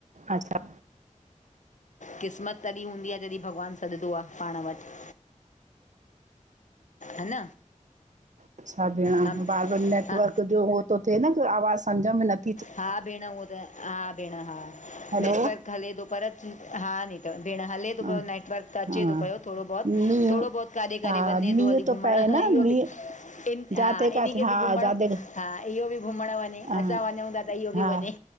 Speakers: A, on the right (about 65°); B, on the left (about 70°).
A: अच्छा।
B: क़िस्मत तॾहिं हूंदी आहे। जॾहिं भॻवानु सॾंदो आहे। पाण वटि। अ न।
A: अच्छा भेण,
B: हम
A: बार बार नेटवर्क
B: हा
A: जो उहो थो थिए न। आवाज़ सम्झ में नथ,
B: हा भेण, हूहा त, हा भेण हा
A: हैलो
B: नेटवर्क हले थो पर हा ने। भेण हले
A: हा
B: थो पियो नेटवर्क, त अचे
A: हा
B: थो पियो थोरो बहुत
A: मींहुं
B: थोरो बहत काॾे काडे
A: हा
B: वञे
A: मींहुं
B: थो हली। घुमण
A: पए
B: इहो
A: न मींहुं
B: बि, इन हा,
A: जाते काथे
B: इन्ही खे
A: हा
B: बि घुमण
A: जाते
B: हा, इहो बि घुमणु वञे
A: हा
B: असां वञूं था। त इहो
A: हा
B: बि वञे